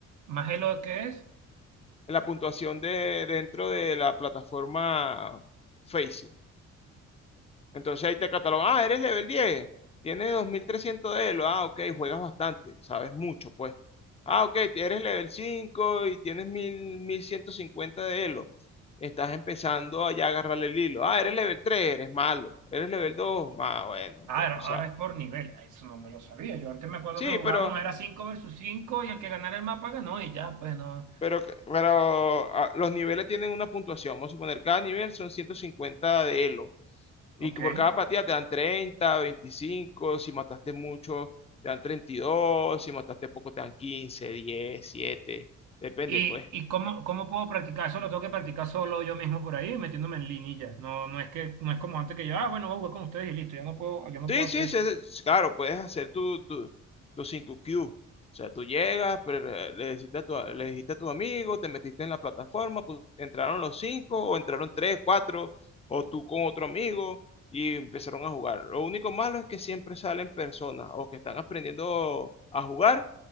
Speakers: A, on the right; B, on the left.
A: Más de lo que es.
B: La puntuación de dentro de la plataforma Facing. Entonces ahí te catalogan, ah, eres level 10, tienes 2300 de elo, ah, ok, juegas bastante, sabes mucho, pues. Ah, ok, eres level 5 y tienes mil mil ciento cincuenta de elo. Estás empezando a ya agarrarle el hilo. Ah, eres level 3, eres malo. Eres level 2, ah, bueno,
A: Ah,
B: ya
A: era-
B: tú
A: ahora
B: sabes.
A: es por nivel. Ah, Eso no me lo sabía. Yo antes me acuerdo
B: Sí,
A: que jugábamos,
B: pero,
A: era 5 versus 5 y el que ganara el mapa ganó y ya, pues no.
B: pero, pero ah, los niveles tienen una puntuación. Vamos a suponer, cada nivel son 150 de elo. Y
A: Ok.
B: que por cada partida te dan 30, 25, si mataste mucho te dan 32, si mataste poco te dan 15, 10, 7, depende
A: ¿Y,
B: pues.
A: y cómo, cómo puedo practicar? Eso lo tengo que practicar solo yo mismo por ahí, metiéndome en línea y ya. No, no es que, no es como antes que yo, ah, bueno, voy a jugar con ustedes y listo. Ya no puedo, yo no
B: Sí,
A: puedo hacer
B: sí, sí, sí, claro, puedes hacer tu, tu, tu 5Q. O sea, tú llegas, pre- le dijiste a tu, le dijiste a tu amigo, te metiste en la plataforma, pues, entraron los 5 o entraron 3, 4, o tú con otro amigo y empezaron a jugar. Lo único malo es que siempre salen personas o que están aprendiendo a jugar